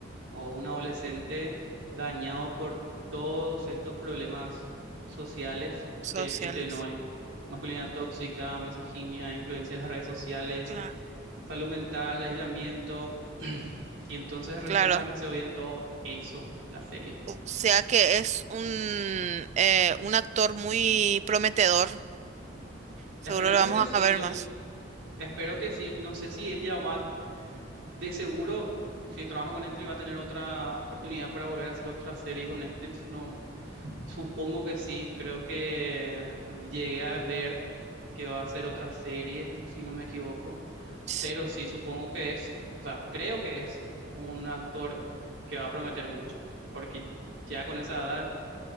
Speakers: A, on the right; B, on the right.
A: o un adolescente dañado por todos estos problemas sociales
B: sociales.
A: que existen hoy. Masculinidad tóxica, misoginia, influencia de las redes sociales,
B: Claro.
A: salud mental, aislamiento. <clears throat> Y entonces refleja
B: Claro.
A: demasiado bien todo eso, la serie.
B: O sea que es un, eh, un actor muy prometedor. Seguro
A: Esperemos
B: lo vamos
A: que sí,
B: a ver
A: yo
B: más.
A: espero que sí. No sé si él ya va, de seguro, si trabaja con Netflix, va a tener otra oportunidad para volver a hacer otra serie con Netflix. No, Supongo que sí, creo que llegué a ver que va a ser otra serie, si no me equivoco,
B: Sí.
A: pero sí, supongo que es, o sea, creo que es un actor que va a prometer mucho, porque ya con esa edad,